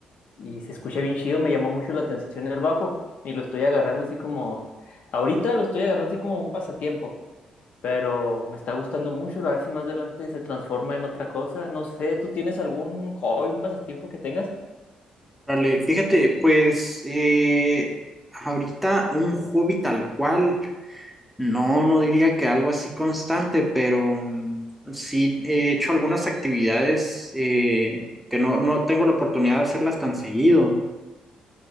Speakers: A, on the left (about 60°); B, in the centre.
A: Y se escucha bien chido, me llamó mucho la atención el bajo. Y lo estoy agarrando así como... Ahorita lo estoy agarrando así como un pasatiempo. Pero me está gustando mucho, a ver si más adelante se transforma en otra cosa. No sé, ¿tú tienes algún hobby, un pasatiempo que tengas?
B: Órale, fíjate, pues eh, ahorita un hobby tal cual, no, no diría que algo así constante, pero mm, sí he hecho algunas actividades eh, que no, no tengo la oportunidad de hacerlas tan seguido.